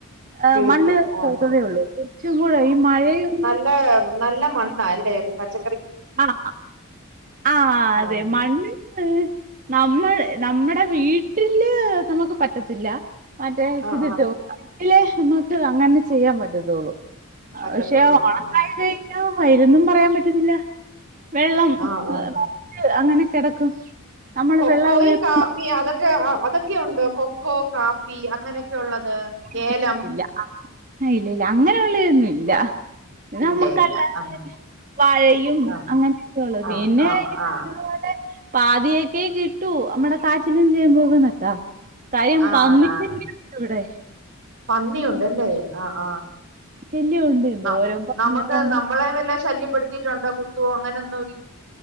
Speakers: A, on the right; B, on the right.
A: ഏഹ്
B: കിളിക്ക്
A: മണ്ണ്
B: ആഹ്
A: പൂത്തതെ ഉള്ളൂ ഏറ്റകൂടെ ഈ മഴയും.
B: ട്ട് നല്ല മണ്ണാല്ലേ പച്ച
A: ആണോ ആ
B: ആഹ്
A: അതെ മണ്ണ്. നമ്മൾ നമ്മുടെ വീട്ടില് നമുക്ക് പറ്റത്തില്ല. മറ്റേ
B: ആഹ്
A: ഇതിട്ട്
B: ആഹ്
A: വയ്ക്കാം. ലേ നമുക്ക് അങ്ങനെ ചെയ്യാൻ പറ്റത്തുള്ളൂ.
B: പറ്റത്തുള്ളൂ
A: പക്ഷേ ഉണക്കായി
B: ആഹ്
A: കഴിഞ്ഞാൽ. വെയിൽ ഒന്നും പറയാൻ പറ്റത്തില്ല. വെള്ളം
B: ആഹ് ആഹ്
A: ഏഹ്. അങ്ങനെ കിടക്കും നമ്മള്
B: കൊക്കോയും
A: വെള്ളം അങ്ങനെ
B: കാപ്പിയും
A: കൊണ്ടോകത്തില്ല
B: അതൊക്കെ അതൊക്കെ ഒക്കെ ഉണ്ടോ കൊക്കോ കാപ്പി അങ്ങനെയൊക്കെ ഉള്ളത്
A: ഇല്ല
B: ഏലം
A: ഇല്ല് ഇല്ല ആ ഇല്ല അങ്ങനെ ഉള്ളതൊന്നും ഇല്ല. ഇല്ല ഇത്
B: ഇല്ല
A: നമ്മുക്കല്ലാതെ
B: ഇല്ല ആ
A: വാഴയും
B: ആ
A: അങ്ങനെയൊക്കെയള്ളത്
B: ആ
A: പിന്നെയി
B: ആ ആ
A: പറഞ്ഞതുപോലെ പാതിയൊക്കെ കിട്ടു നമ്മടെ കാച്ചിലും ചേമ്പും ഒക്കെ നട്ടാൽ കാര്യം
B: ആ,
A: വന്നിട്ടില്ല
B: ആണാണ്
A: ഇവിടെ.
B: പന്നിയുണ്ടല്ലേ ആഹ് ആഹ്
A: ശല്യമുണ്ട് എന്തോരം
B: ആഹ്
A: പന്നികളാണ്
B: നമുക്ക് നമ്മളെ വല്ല ശല്യം കൊടുത്തിട്ടുണ്ടോ കുത്തോ അങ്ങനൊന്ന